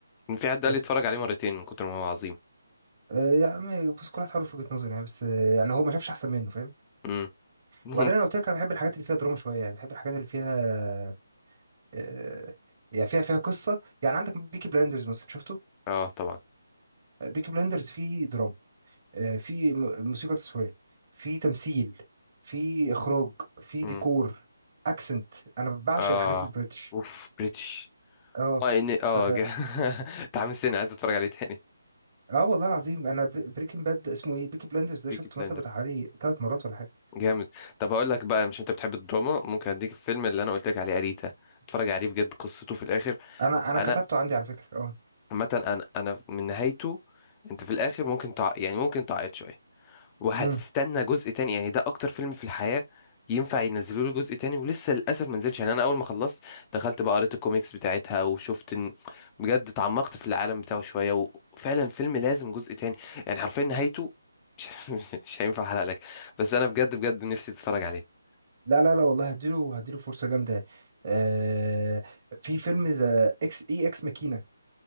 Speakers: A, on the left; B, on the right.
A: في حد
B: بس
A: قال لي اتفرج عليه مرتين من كتر ما هو عظيم
B: آه، يعني بس كل واحد حر في وجهة نظره يعني بس آه، يعني هو ما شافش احسن منه فاهم
A: مم. <laughs>
B: وبعدين
A: ممكن
B: انا قلت لك انا بحب الحاجات اللي فيها دراما شويه يعني بحب الحاجات اللي فيها آه، يعني فيها فيها قصه يعني عندك بيكي بلايندرز مثلا شفته
A: اه طبعا
B: بيكي بلايندرز فيه دراما آه، فيه م- موسيقى تصويريه فيه تمثيل فيه اخراج فيه
A: مم.
B: ديكور اكسنت انا بعشق
A: اه
B: الحاجات البريتش
A: اوف بريتش
B: اه
A: اه إني- اه
B: ف
A: جا- <laughs> متحمس تاني عايز اتفرج عليه تاني
B: اه والله العظيم انا بريكنج باد اسمه ايه بيكي بلاندرز ده
A: بيكي
B: شفته
A: بلايندرز
B: مثلا بتاع حوالي ثلاث مرات ولا حاجه
A: جامد طب هقول لك بقى مش انت بتحب الدراما ممكن اديك الفيلم اللي انا قلت لك عليه اريتا اتفرج عليه بجد قصته في الاخر
B: انا انا
A: انا
B: كتبته عندي على فكره
A: عامه انا انا من نهايته انت في الاخر ممكن تع... يعني ممكن تعيط شويه وهتستنى
B: اه
A: جزء تاني يعني ده اكتر فيلم في الحياه ينفع ينزلوا له جزء تاني ولسه للاسف ما نزلش يعني انا اول ما خلصت دخلت بقى قريت الكوميكس بتاعتها وشفت ان بجد اتعمقت في العالم بتاعه شويه وفعلا فيلم لازم جزء تاني يعني حرفيا نهايته مش <laughs> مش هينفع احرق لك بس انا بجد بجد نفسي تتفرج عليه
B: لا لا لا والله هديله هديله فرصة جامدة يعني. آه في فيلم ذا اكس اي اكس ماكينة